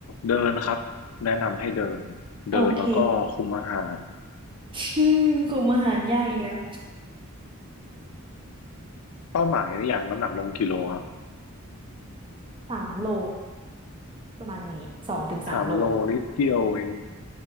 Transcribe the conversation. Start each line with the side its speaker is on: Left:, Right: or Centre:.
Left: เดินครับแนะนำให้เดิน
Right: ๆโอเค
Left: เดินแล้วก็คุมอาหาร
Right: <laughs> อืมกลุ่มอาหารยากอีกแล้ว
Left: เป้าหมายในอย่างน้ำหนักลงกิโลครับ
Right: สามโล ประมาณนี้สองถึงสามโล
Left: สามโลนิดเดียวเอง